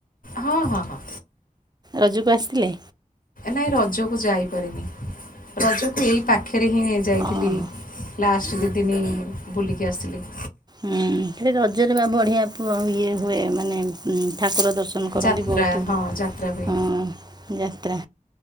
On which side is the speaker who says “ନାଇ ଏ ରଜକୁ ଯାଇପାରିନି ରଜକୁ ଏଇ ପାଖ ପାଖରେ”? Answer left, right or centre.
Left